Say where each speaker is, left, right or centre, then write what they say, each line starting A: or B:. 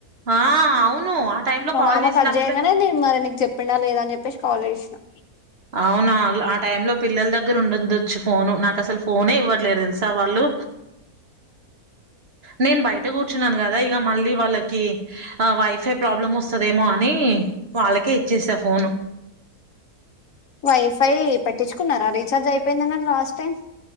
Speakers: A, on the right; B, on the left.
A: ఆ అవును టైమ్ లో
B: మా
A: కాల్
B: మామ
A: చేసినప్పుడే
B: కట్చేయంగానే నేను మరి నీకు చెప్పిండా లేదాని చెప్పేసి కాల్చేసిననా
A: అవునా ఆ టైమ్ లో పిల్లల దగ్గర ఉండుందు ఫోను నాకు అసలు ఫోన్ ఇవ్వట్లేదు తెలుసా వాళ్ళు నే బయట కూర్చున్నాను కదా ఇ మళ్ళీ వాళ్ళకి వై ప్రాబ్లమ్ వస్తుందేమో అని వాళ్ళకే ఇచ్చేసా ఫోను
B: వైఫై పెట్టించుకున్నారా రీచార్జ్ అయిపోయిందన్నరు లాస్ట్ టైం